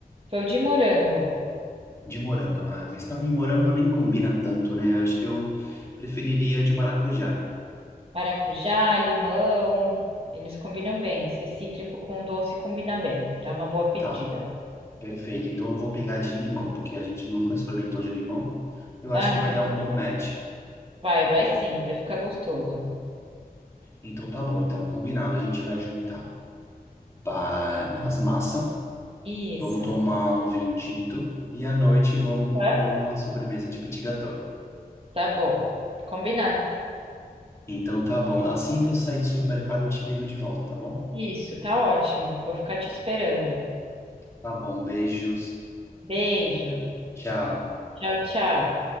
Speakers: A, on the right (about 35°); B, on the left (about 15°).
A: Foi de morango,
B: De morango. Ah, mas também morango nem combina tanto, né? Acho que eu preferiria de maracujá.
A: maracujá, limão. Eles combinam bem. Esse cítrico com doce combina bem. Dá uma boa pedida.
B: Tá, perfeito. Então eu vou pegar de limão, porque a gente nunca experimentou de limão. Eu acho
A: Ah,
B: que vai dar um bom match.
A: vai, vai sim, vai ficar gostoso.
B: Então tá bom, então combinado, a gente vai jantar. Pá, as massa,
A: Isso.
B: vamos tomar um vinho tinto e à noite vamos
A: Hã?
B: comer uma sobremesa de petit gâteau.
A: Tá bom. Combinado.
B: Então tá bom. Assim que eu sair do supermercado, eu te ligo de volta, tá bom?
A: Isso, tá ótimo. Vou ficar te esperando.
B: Tá bom, beijos.
A: Beijo.
B: Tchau.
A: Tchau, tchau.